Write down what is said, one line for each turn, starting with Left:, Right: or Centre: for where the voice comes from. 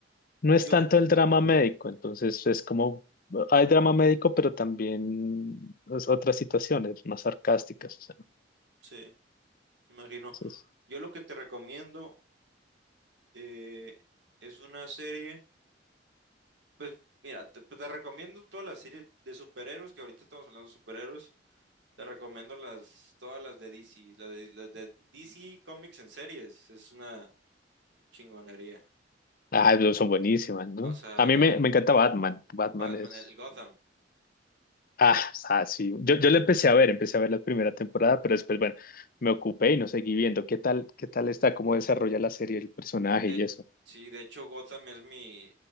Left: no
Right: Yo,
Left: es tanto el drama médico, entonces es como... Hay drama médico, pero también pues, otras situaciones más sarcásticas. o sea,
Right: sí, me imagino.
Left: entonces,
Right: Yo lo que te recomiendo eh, es una serie, pues mira, te, pues, te recomiendo todas las series de superhéroes, que ahorita estamos hablando de superhéroes. Te recomiendo las, todas las de DC, las de, las de DC Comics en series, es una chingonería.
Left: Ah, pero son buenísimas, ¿no?
Right: O sea,
Left: A mí
Right: la
Left: me, me encanta Batman. Batman
Right: Batman,
Left: es...
Right: el, el Gotham.
Left: Ah, o sea, sí. Yo, yo la empecé a ver, empecé a ver la primera temporada, pero después, bueno, me ocupé y no seguí viendo qué tal, qué tal está, cómo desarrolla la serie, el personaje
Right: De,
Left: y eso.
Right: sí, de hecho Gotham es mi,